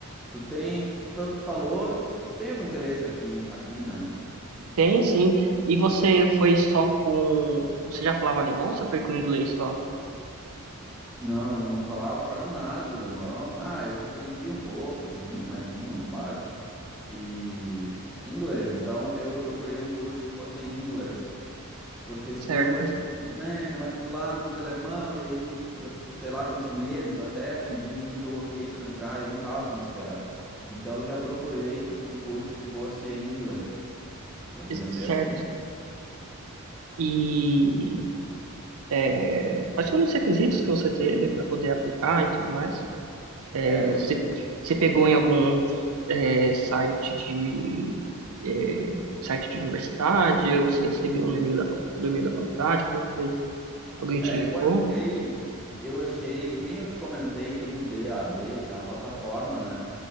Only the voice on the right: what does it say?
Tem, sim. E você foi só com... Você já falava alemão ou você foi com inglês só?
Certo.
Certo.
E... É, quais foram os requisitos que você teve para poder aplicar e tudo mais? É,
você, você pegou em algum é, site de é, site de universidade ou você recebeu no e-mail da, fac- pelo e-mail da faculdade? Como é que foi? Alguém
te indicou?